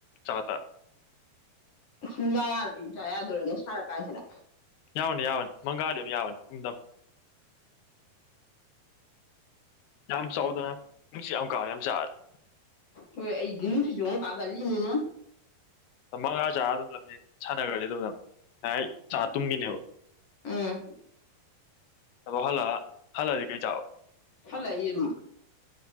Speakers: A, on the left; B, on the left.
A: ꯆꯥꯇ
B: ꯌꯨꯝꯖꯥ ꯌꯥꯗ ꯌꯨꯝꯁꯥ ꯌꯥꯗꯣꯏꯔꯦꯅꯦ ꯁꯥꯔ ꯀꯥꯟꯁꯤꯗ
A: ꯌꯥꯎꯅꯤ ꯌꯥꯎꯋꯅꯤ ꯃꯪꯒꯥꯂꯤꯌꯝ ꯌꯥꯎꯅꯤ ꯏꯨꯡꯗꯝ ꯌꯥꯝ ꯆꯥꯎꯗꯅ ꯅꯨꯡꯁꯤ ꯌꯥꯝ ꯀꯥꯎꯦ ꯌꯥꯝ ꯆꯥꯗꯤꯦ
B: ꯍꯣꯏ ꯑꯩꯗꯤ ꯅꯨꯡꯁꯤꯁꯨ ꯑꯃꯨꯛ ꯀꯥꯒꯠꯂꯤꯅꯤꯅ
A: ꯃꯉꯥ ꯆꯥꯔ ꯑꯗꯨꯝ ꯂꯝꯖ ꯁꯥꯟꯅꯈ꯭ꯔꯗꯤ ꯑꯗꯨꯝ ꯉꯥꯏ ꯆꯥ ꯇꯨꯝꯒꯤꯅꯦꯕ
B: ꯎꯝ
A: ꯑꯗꯣ ꯍꯜꯂꯛ ꯍꯜꯂꯛꯑꯗꯤ ꯀꯩ ꯆꯥꯕ
B: ꯍꯂ ꯏꯔꯨꯝ